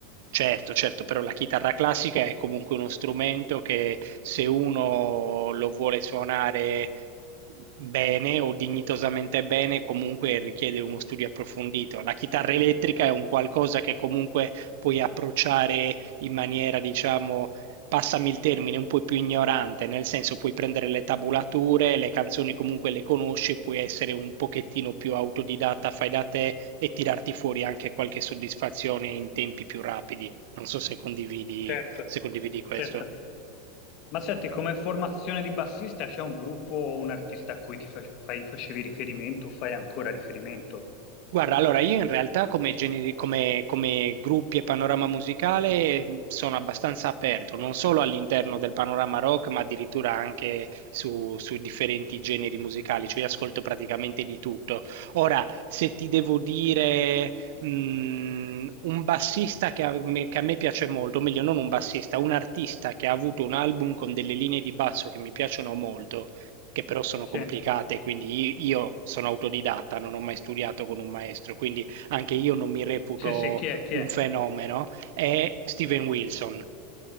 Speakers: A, on the right (about 60°); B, on the left (about 35°).
A: Certo, certo, però la chitarra classica è comunque uno strumento che se uno lo vuole suonare bene o dignitosamente bene, comunque richiede uno studio approfondito. La chitarra elettrica è un qualcosa che comunque puoi approcciare in maniera, diciamo, passami il termine, un po' più ignorante, nel senso puoi prendere le tabulature, le canzoni comunque le conosci, puoi essere un pochettino più autodidatta, fai da te e tirarti fuori anche qualche soddisfazione in tempi più rapidi. Non so se condividi,
B: Certo,
A: se condividi questo.
B: certo. Ma senti, come formazione di bassista c'è un gruppo o un artista a cui ti fac- fai- facevi riferimento o fai ancora riferimento?
A: Guarda, allora io in realtà come, generi- come- come gruppi e panorama musicale mh, sono abbastanza aperto, non solo all'interno del panorama rock, ma addirittura anche su, su differenti generi musicali, cioè io ascolto praticamente di tutto. Ora, se ti devo dire mh, un bassista che a me, che a me piace molto, o meglio non un bassista, un artista che ha avuto un album con delle linee di basso che mi piacciono molto, che però sono
B: Sì,
A: complicate, quindi i- io sono autodidatta, non ho mai studiato con un maestro, quindi anche io non mi reputo
B: sì, sì, chi è? Chi
A: un
B: è?
A: fenomeno, è Steven Wilson.